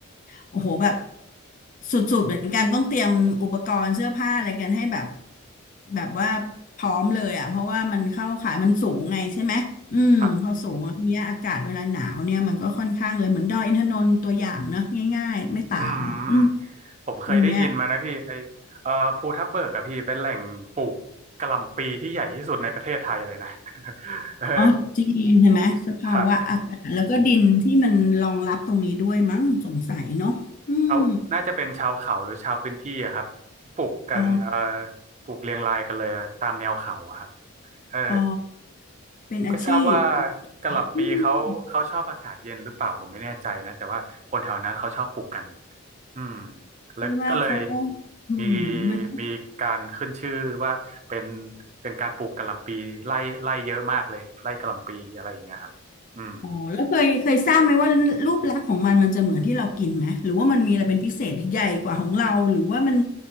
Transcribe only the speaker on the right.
ครับอืมผมเคยได้ยินมานะพี่ไอ
เอ่อภูทับเบิกอะพี่เป็นแหล่งปลูกกะหล่ำปีที่ใหญ่ที่สุดในประเทศไทยเลยนะ <laughs> เออ
ครับเขาน่าจะเป็นชาวเขาหรือชาวพื้นที่อะครับ ที่ปลูกกันเอ่อ
ปลูกเรียงรายกันเลยตามแนวเขาอะครับเออ
ไม่ทราบว่ากะหล่ำปีเขาเขาชอบอากาศเย็นหรือเปล่าผมไม่แน่ใจนะแต่ว่าคนแถวนั้นเขาชอบปลูกกัน
อืมแล้วก็เลย
มีมีการขึ้นชื่อว่าเป็นเป็นการปลูกกะหล่ำปีไล่ไล่เยอะมากเลยไล่กะหล่ำปีอะไรอย่างเงี้ยครับอืม